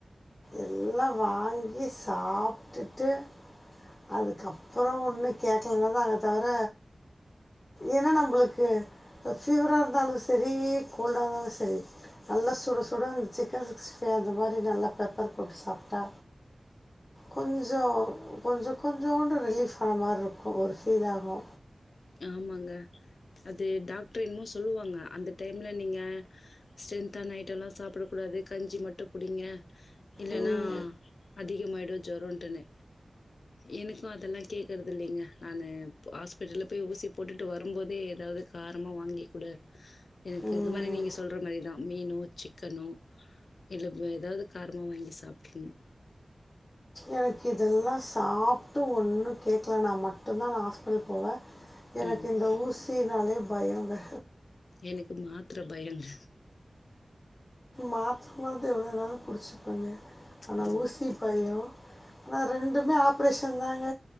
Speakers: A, on the left; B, on the left.
A: எல்லா வாங்கி சாப்ட்டுட்டு அதுக்கப்புற ஒண்ணு கேக்லனா தாங்க தவர ஏன்னா நம்மளுக்கு ஃப ஃபீவரா இருந்தாலு சரி கோல்டா இருந்தாலு சரி நல்லா சுட சுட சிக்கன் சிக்ஸ்டி ஃபைவ் அந்த மாரி நல்லா பெப்பர் போட்டு சாப்ட்டா கொஞ்ச கொஞ்ச கொஞ்சோண்டு ரிலீஃப் ஆன மாரி இருக்கு ஒரு ஃபீல் ஆகு
B: ஆமாங்க அது டாக்டர் என்னமோ சொல்லுவாங்க அந்த டைம்ல நீங்க ஸ்ட்ரென்தான ஐட்டம் எல்லா சாப்பிட கூடாது கஞ்சி மட்டு குடிங்க இல்லன்னா
A: ம்,
B: அதிகமாயிடு ஜொரொன்டுனு எனக்கு அதெல்லா கேக்குறது இல்லங்க நானு ஹாஸ்பி போய் ஊசி போட்டுட்டு வரும்போதே ஏதாது காரமா வாங்கி கூட எனக்கு
A: ம்.
B: இந்த மாரி நீங்க சொல்ற மாரிதா மீனோ சிக்கனோ இல்ல ஏதாது காரமா வாங்கி சாப்பிட்டுறணு
A: எனக்கு இதெல்லா சாப்ட்டு ஒன்னு கேக்கலனா மட்டுந்தா நா ஹாஸ்பிட்டல் போவ எனக்கு
B: ம்.
A: இந்த ஊசினாலே பயொங்க
B: எனக்கு மாத்திர பயங்க
A: மாத்திரை நாவுது எவ்வள நாளு குடிச்சுபங்க ஆனா
B: ஓ!
A: ஊசி பய ஆனா ரெண்டுமே ஆப்ரேஷ தாங்க